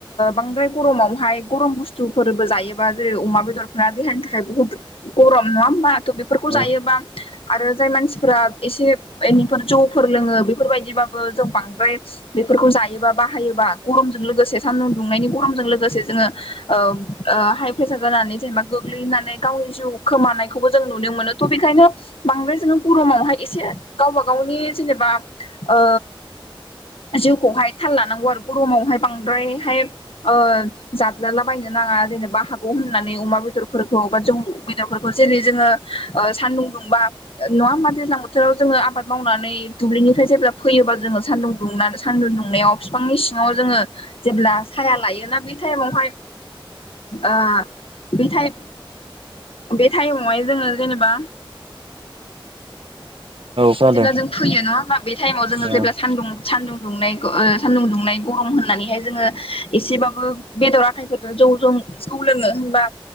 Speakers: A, on the left; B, on the right.
A: बांद्राय गरमावहाय गरम बुस्थुफोरबो जायोबा जेरै अमा बेदरफोरा देहानि थाखाय बुहुद गरम नङा होमबाथ' बेफोरखौ
B: औ
A: जायोबा आरो जाय मानसिफोरा एसे इनैफोर जौफोर लोङो बेफोर बायदिबाबो जों बांद्राय बेफोरखौ जायोबा बाहायोबा गरमजों लोगोसे सानदुं दुंनायनि गरमजों लोगोसे जोङो औ ओ हाइ प्रेसार जानानै जेनेबा गोग्लैनानै गावनि जिउ खोमानायखौबो जों नुनो मोनो। थ' बेखायनो बांद्राय जोङो गरमावहाय एसे गावबा गावनि जेनेब बा ओ जिउखौहाय थाल लानांगौ आरो गरमावहाय बांद्रायहाय ओ जाल्दालाबायायनो नाङा जेनेबा हागौ होननानै अमा बेदरफोरखौ बा जौ दाफोरखौ जेरै जोङो सान्दुं दुंबा नङा होमबा दैज्लां बोथोराव जोङो आबाद मावनानै दुब्लिनिफ्राय जेब्ला फैबा जोङो सान्दुं दुंनानै सान्दुं दुंनायाव बिफांनि सिङाव जोङो जेब्ला साया लायोना बे टाइमावहाय ओ बेटाइ बे टाइमावहाय जोङो जेनेबा
B: खोनादों
A: जेब्ला जों फैयो नङा होमबा बे टाइमाव जोङो
B: औ
A: जेब्ला सानदुं सान्दुं दुंनाय ग ओ सानदुं दुंनाय गरम होननानैहाय जोङो एसेबाबो बेदर आखाइफोरजों जौ जों जौ लोङो नङा होनबा।